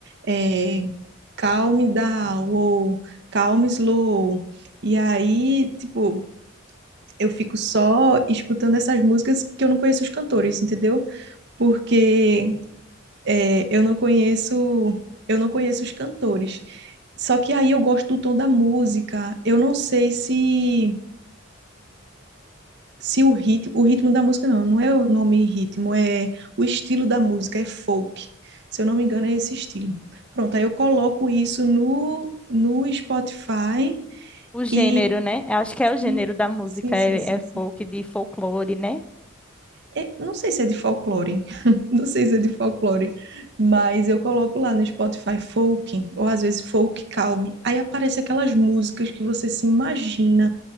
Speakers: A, on the right; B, in the centre.
A: é, Calm Down ou Calm Slow. E aí, tipo, eu fico só escutando essas músicas que eu não conheço os cantores, entendeu? Porque é, eu não conheço, eu não conheço os cantores. Só que aí eu gosto do tom da música. Eu não sei se se o ritmo, o ritmo da música não, não é o nome ritmo, é o estilo da música, é folk. Se eu não me engano, é esse estilo. Pronto, aí eu coloco isso no, no Spotify
B: O gênero,
A: e
B: né? Eu acho que é o gênero
A: sim,
B: da música,
A: sim, sim,
B: é,
A: sim,
B: é
A: sim.
B: folk, de folclore, né?
A: é- não sei se é de folclore, <laughs> não sei se é de folclore, mas eu coloco lá no Spotify folk, ou às vezes folk calme. Aí aparece aquelas músicas que você se imagina